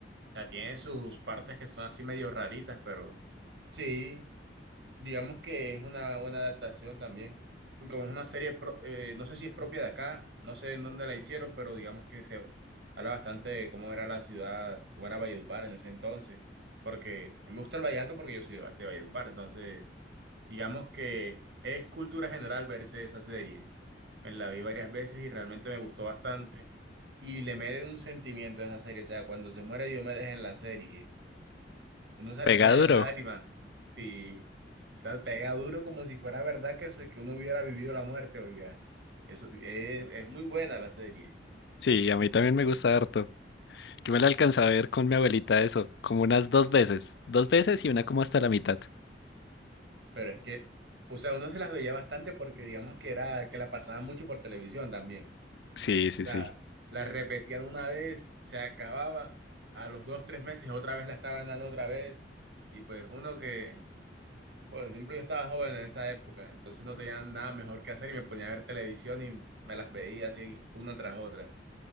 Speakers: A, on the right; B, on the left.
A: O sea, tiene sus partes que son así medio raritas, pero sí, digamos que es una buena adaptación también. Y Como es una serie, pro- eh, no sé si es propia de acá, no sé en dónde la hicieron, pero digamos que se habla bastante de cómo era la ciudad, cómo era Valledupar en ese entonces. Porque a mí me gusta el vallenato porque yo soy de, Va- de Valledupar, entonces digamos que es cultura general verse esa serie. Me la vi varias veces y realmente me gustó bastante. Y le merece un sentimiento a esa serie. O sea, cuando se muere Diomedes en la serie, uno se
B: pega
A: le salen
B: duro.
A: las lágrimas. Sí, o sea, pega duro como si fuera verdad que, se- que uno hubiera vivido la muerte, oiga. Eso es, es muy buena la serie.
B: Sí, a mí también me gusta harto. Yo me la alcancé a ver con mi abuelita eso, como unas dos veces. Dos veces y una como hasta la mitad.
A: Pero es que, o sea, uno se las veía bastante porque digamos que era, que la pasaban mucho por televisión también.
B: Sí, sí,
A: O sea,
B: sí.
A: la repetían una vez, se acababa, a los dos, tres meses otra vez la estaban dando otra vez. Y pues uno que Por ejemplo, yo estaba joven en esa época, entonces no tenía nada mejor que hacer y me ponía a ver televisión y me las veía así una tras otra,